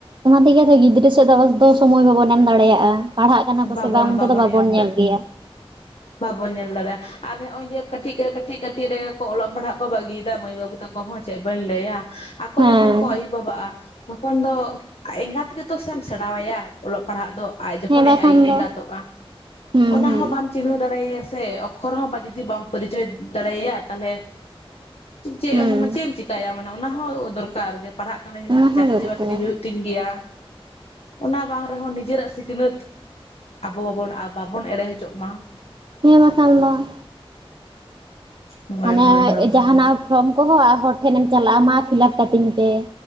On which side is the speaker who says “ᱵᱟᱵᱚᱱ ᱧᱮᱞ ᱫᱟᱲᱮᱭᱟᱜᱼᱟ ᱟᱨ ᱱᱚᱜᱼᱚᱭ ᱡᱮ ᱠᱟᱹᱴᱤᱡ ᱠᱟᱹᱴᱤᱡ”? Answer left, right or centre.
Left